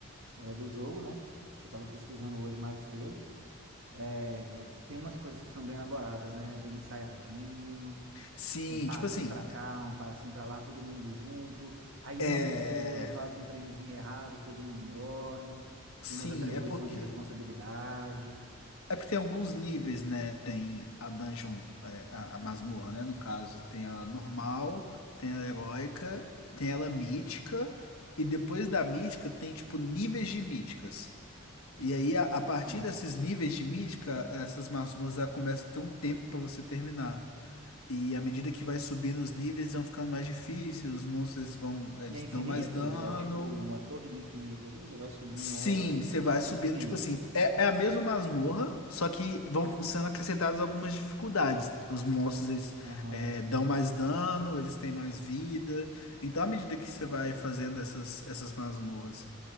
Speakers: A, on the right; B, on the left.
A: é do jogo, né? Que eu tava pesquisando hoje mais cedo. É, tem umas coisas que são bem elaboradas, né? Bem ensaiadinho,
B: sim,
A: um passinho
B: tipo assim.
A: pra cá, um passinho pra lá, todo mundo junto. Aí
B: É,
A: uma pessoa faz um trenzinho errado, todo mundo morre.
B: sim,
A: Tem umas atribuição
B: é porque.
A: de responsabilidade.
B: É porque tem alguns níveis, né? Tem a dungeon, é, a, a masmorra, né? No caso, tem ela normal, tem ela heróica, tem ela mítica, e depois da mítica tem, tipo, níveis de míticas.
A: Hum,
B: E aí, a, a partir
A: hum.
B: desses níveis de mítica, essas masmorras ela começa a ter um tempo pra você terminar. E à medida que vai subindo os níveis, vão ficando mais difíceis, os monstros vão, eles
A: E é infinito?
B: dão mais dano,
A: É tipo uma torre do infinito, assim, você vai subindo
B: Sim,
A: ela,
B: você vai subindo,
A: infinito.
B: tipo assim, é, é a mesma masmorra, só que vão sendo acrescentadas algumas dificuldades. Os monstros, eles
A: Aham.
B: é, dão mais dano, eles têm mais vida. Então, à medida que você vai fazendo essas, essas masmorras